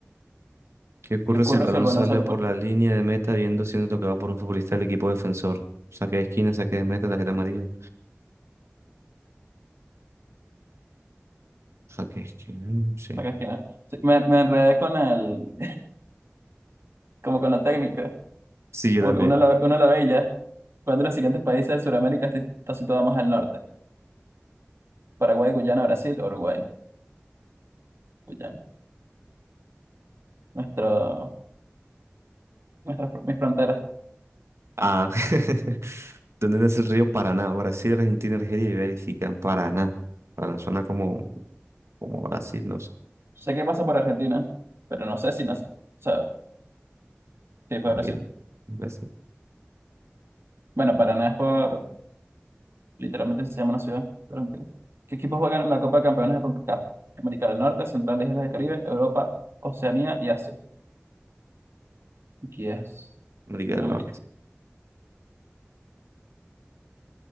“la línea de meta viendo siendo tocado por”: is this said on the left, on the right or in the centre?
Right